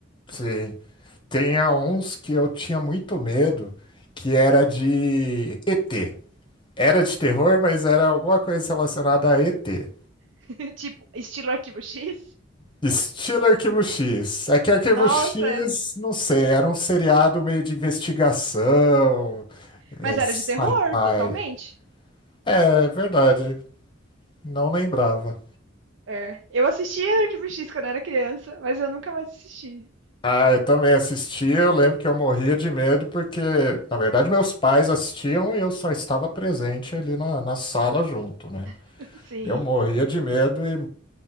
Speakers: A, on the left; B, on the right.
A: Sim. Tem uns que eu tinha muito medo, que era de ET. Era de terror, mas era alguma coisa relacionada a ET.
B: <laughs> tipo, estilo Arquivo X.
A: Estilo Arquivo X. É que Arquivo
B: Nossa,
A: X, não sei, era um seriado meio de investigação, é,
B: mas era
A: sci-fi.
B: de terror, totalmente.
A: É, é verdade. Não lembrava.
B: É, eu assistia Arquivo X quando eu era criança, mas eu nunca mais assisti.
A: Ah, eu também assistia. Eu lembro que eu morria de medo porque, na verdade, meus pais assistiam e eu só estava presente ali na, na sala junto, né?
B: <laughs> Sim.
A: Eu morria de medo e